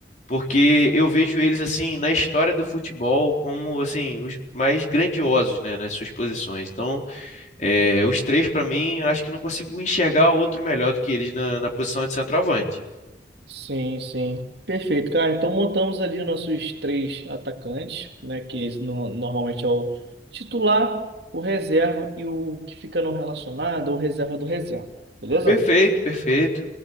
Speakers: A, on the left (about 40°); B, on the right (about 70°).
A: porque eu vejo eles assim na história do futebol como assim os mais grandiosos, né, nas suas posições. Então, é, os três para mim, eu acho que não consigo enxergar outro melhor do que eles na, na posição de centroavante.
B: Sim, sim. Perfeito, cara. Então montamos ali os nossos três atacantes, né? Que esse no- normalmente é o titular, o reserva e o que fica não relacionado, ou reserva do reserva. Beleza?
A: Perfeito, perfeito.